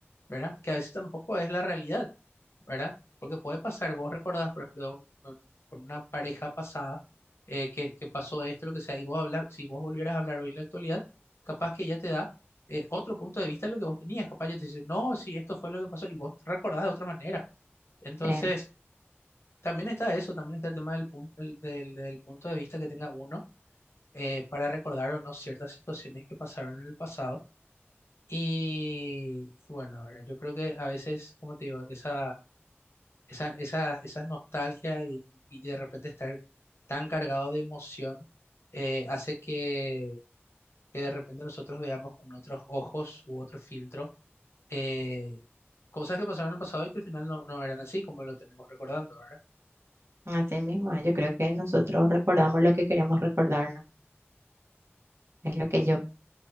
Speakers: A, on the left; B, on the right.
A: ¿verdad? Que a veces tampoco es la realidad, ¿verdad? Porque puede pasar, vos recordás, por ejemplo, de un- un- con una pareja pasada eh, que, que pasó esto, lo que sea, y vos hablas, si vos volvieras a hablar hoy en la actualidad, capaz que ella te da eh, otro punto de vista de lo que vos tenías, capaz ella te dice, no, sí, esto fue lo que pasó, y vos recordás de otra manera. Entonces,
B: sí.
A: también está eso, también está el tema del, punto del del- del punto de vista que tenga uno eh, para recordar o no ciertas situaciones que pasaron en el pasado. Y, y bueno, ¿verdad? Yo creo que a veces, como te digo, esa, esa, esa, esa nostalgia y, y de repente estar tan cargado de emoción eh, hace que, que de repente nosotros veamos con otros ojos u otro filtro eh, cosas que pasaron en el pasado y que al final no, no eran así como lo tenemos recordando, ¿verdad?
B: Así mismo, yo creo que nosotros recordamos lo que queremos recordar, ¿no? Es lo que yo,